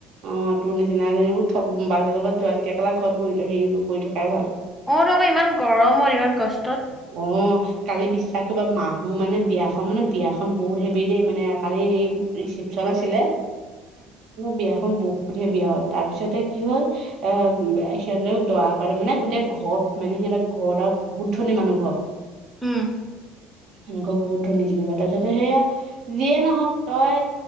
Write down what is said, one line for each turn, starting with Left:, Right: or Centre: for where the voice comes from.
Right: অ' তোৰ নিচিনা এজনী বুলো থক বাজৰ লগত যোৱাতকে কেলা ঘৰত বহি হেৰি কৰি থকাই ভাল
Centre: অ'তো আকৌ ইমান গৰমৰ ইমান কষ্টত।
Right: অ' কালি বিশ্বাস কৰিবা মানুহ মানে বিয়াখন মানে বিয়াখন খন বহুত হেভি দেই মানে কালি হেই ৰিচিপচন আছিলে বিয়া খন বহুত হেভী আও তাৰ পিছতে কি হ'ল। অ' সিহঁতক দৰা কৰে মানে গোটেই ঘত মানে সিহঁতৰ ঘত আৰু বহুত ধনী মানুহ ঘৰ
Centre: উম
Right: <unintelligible> বহত ধনী জিনিবা তাৰ পিচতে সেয়া যিয়ে নহওক তই